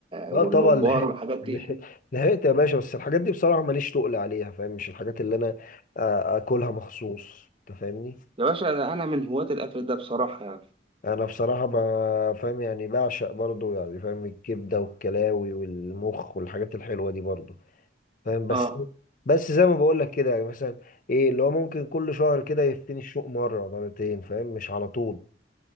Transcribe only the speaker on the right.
والممبار
والحاجات
دي
يا باشا ده انا من هواة الاكل ده بصراحة يعني
اه